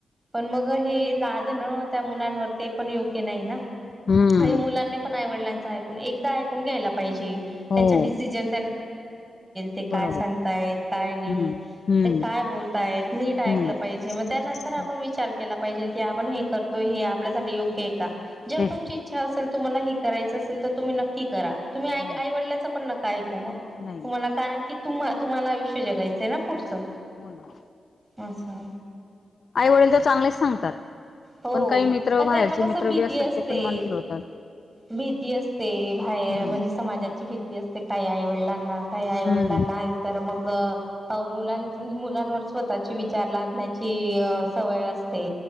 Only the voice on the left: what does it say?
हम्म
हो
बरोबर
हम्म हम्म
हम्म
हो
तेच
ना
हो
नाही
नाही
हो ना.
आई वडील तर चांगलेच सांगतात.
पण काही मित्र
बाहेरचे
मित्र
बी असतात
ते पण मन फिरवतात.
हम्म
हम्म
हम्म